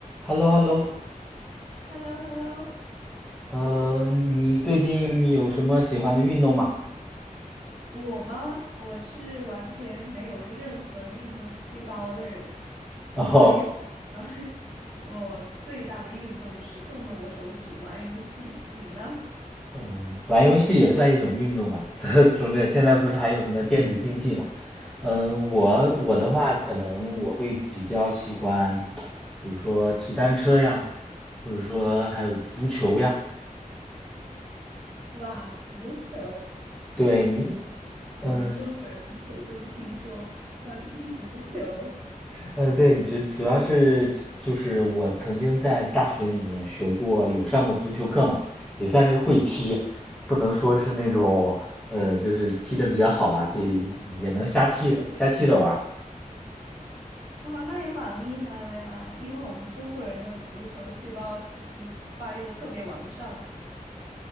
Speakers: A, in the centre; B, on the right.
A: h e l l o h e l l o
B: h e l l o h e l l o
A: 嗯，你最近有什么喜欢的运动吗？
B: 我吗？我是完全没有任何运动细胞的人，
A: 哦，
B: 所以我 <laughs> 我最大的运动是动动我手指玩游戏。你呢？
A: 嗯，玩游戏也算一种运动吧。<laughs> 从这现在不是还有什么电子竞技嘛？嗯，我我的话，可能我会比较喜欢，比如说骑单车呀，或者说还有足球呀。
B: 哇，足球
A: 对你，
B: 第一次从中国人口中听说喜欢踢足球，
A: 嗯，嗯，对，主主要是就是我曾经在大学里面学过，有上过足球课嘛，也算是会踢，不能说是那种呃，就是踢的比较好吧，就也能瞎踢着瞎踢着玩儿。
B: 哇，那也蛮厉害了呀！因为我们中国人的足球细胞其实发育的特别完善。